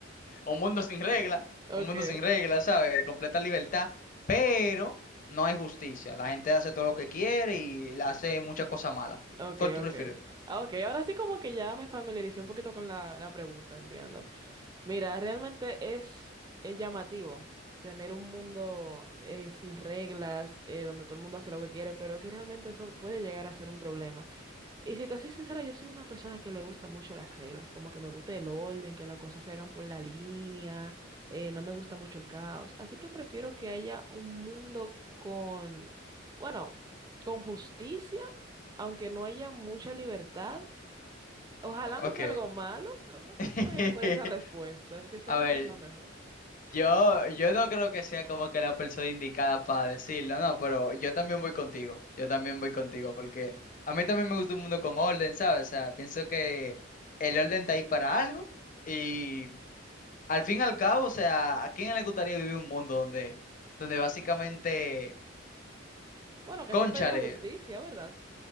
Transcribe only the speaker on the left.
un mundo sin regla,
un mundo sin regla, ¿sabes? De completa libertad, pero no hay justicia. La gente hace todo lo que quiere y le hace muchas cosas malas.
¿Cuál tú
prefieres?
Ok.
<laughs>
A ver,
yo, yo no creo que sea como que la persona indicada para decirlo, no, pero yo también voy contigo, yo también voy contigo, porque a mí también me gusta un mundo con orden, ¿sabes? O sea, pienso que el orden está ahí para algo y al fin y al
cabo, o sea, ¿a quién le gustaría vivir un mundo donde, donde básicamente,
cónchale?